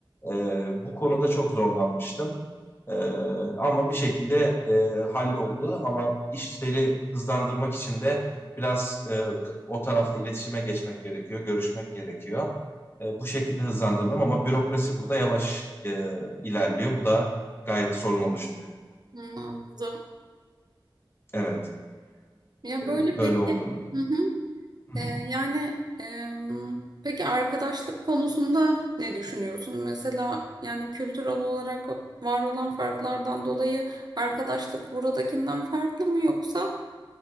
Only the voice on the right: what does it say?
Hı, anladım.
Ya
böyle peki
hı hı.
Ee,
yani em, peki arkadaşlık konusunda ne düşünüyorsun? Mesela yani kültürel olarak var olan farklardan dolayı arkadaşlık buradakinden farklı mı yoksa